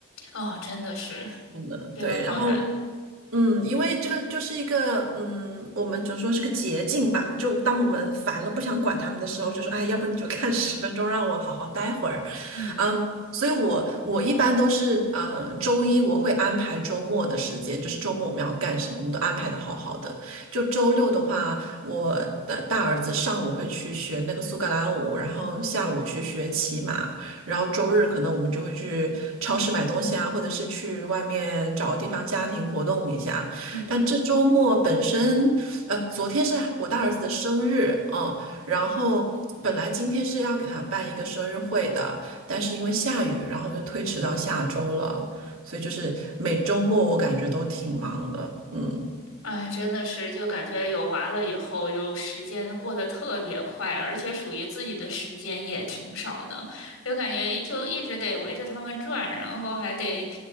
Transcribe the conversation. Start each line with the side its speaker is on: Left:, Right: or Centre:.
Left: 哦，真的是，
Right: 真的，
Left: 这个好难。
Right: 对。然后，嗯，因为这个就是一个，嗯，我们只能说是个捷径吧。就当我们烦了不想管他们的时候，就说，哎，要不你就看十分钟，让我好好待会儿。
Left: 嗯
Right: 嗯，所以我我一般都是呃周一我会安排周末的时间，就是周末我们要干什么，我们都安排的好好的。就周六的话，我的大儿子上午会去学那个苏格兰舞，然后下午去学骑马，然后周日可能我们就会去超市买东西啊，或者是去外面找个地方家庭活动一下。
Left: 嗯。
Right: 但这周末本身，呃，昨天是我大儿子的生日，嗯，然后本来今天是要给他办一个生日会的。但是因为下雨，然后就推迟到下周了，所以就是每周末我感觉都挺忙的，嗯。
Left: 哎，真的是，就感觉有娃了以后，有时间过得特别快，而且属于自己的时间也挺少的，就感觉就一直得围着他们转，然后还得